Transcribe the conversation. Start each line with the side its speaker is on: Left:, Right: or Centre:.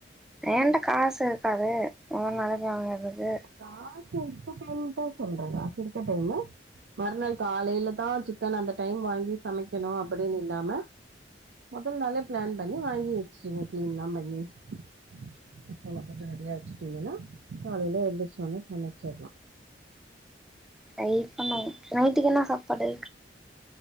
Centre: ஏன்ட்ட காசு இருக்காது போனால போய் வாங்கறது
Right: காசு இருக்க டைம் தா சொல்றே காசு இருக்க டைமு மற்நாள் காலைல தா சிக்கன் அந்த டைம் வாங்கி சமைக்கனு அப்டின்னு இல்லாம மொதல் நாளே பிளான் பண்ணி வாங்கி வச்சுங்க கிளீன்லா பண்ணி <unintelligible> ரெடியா வச்சுட்டீங்கன்னா காலைல எந்துருச்சோன சமச்சிர்லா
Centre: ட்ரை பண்ணு நைட்டுக்கு என்ன சாப்பாடு